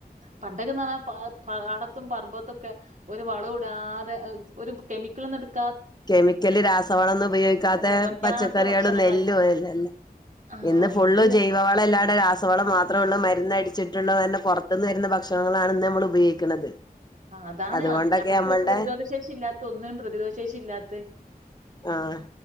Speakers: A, on the right; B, on the left.
A: പണ്ടൊക്കെന്ന് പറഞ്ഞാൽ പാടത്തും പറമ്പത്തൊക്കെ ഒരു വളവും അതാതെ ഒരു കെമിക്കൾ നടത്തി
B: കെമിക്കല് രാസവളമൊന്നും ഉപയോഗിക്കാത്ത
A: ഒന്നും ഇടാക്കാത്ത
B: പച്ചക്കറികളും
A: ഭക്ഷണങ്ങളായിരിക്കും
B: നെല്ലും അല്ലല്ല
A: ആഹ്
B: ഇന്ന് ഫുള്ള്
A: ഇത്
B: ജൈവവളം ഇല്ലാണ്ട് രാസ- വളം മാത്രേ ഉള്ളൂ മരന്ന് അടിച്ചിട്ടുള്ള തന്നെ പുറത്തുന്ന് വരുന്ന ഭക്ഷണങ്ങളാണ് ഇന്ന് നമ്മൾ ഉപയോഗിക്കുന്നത്
A: ആ് അതാണ്
B: അതുകൊണ്ടൊക്കെ
A: അത് നമ്മക്ക്
B: നമ്മളുടെ
A: പ്രതിരോധ ശേഷി ഇല്ലാത്ത ഒന്നിനും പ്രതിരോധ ശേഷില്ലാത്ത <inaudible>
B: ആഹ്